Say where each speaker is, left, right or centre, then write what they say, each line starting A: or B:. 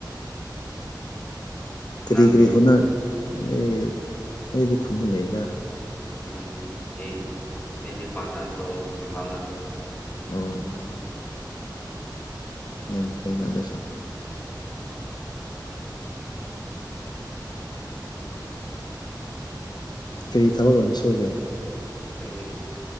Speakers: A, on the left (about 65°); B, on the left (about 20°).
A: ꯀꯔꯤ
B: ꯅꯪꯗꯤ
A: ꯀꯔꯤ ꯍꯅ ꯑꯩ ꯑꯩꯗꯤ ꯈꯨꯠꯅ ꯂꯩꯗ
B: ꯎꯝ ꯑꯩ ꯑꯩꯗꯤ ꯄꯥꯔꯠ ꯇꯥꯏꯝ ꯇꯧꯋꯦ ꯏꯝꯐꯥꯜꯗ
A: ꯑꯣ ꯑꯣ ꯌꯥꯝ ꯐꯩꯅꯗꯁꯣ ꯀꯔꯤ ꯊꯕꯛ ꯑꯅꯤ ꯁꯨꯒꯦ
B: ꯑꯩ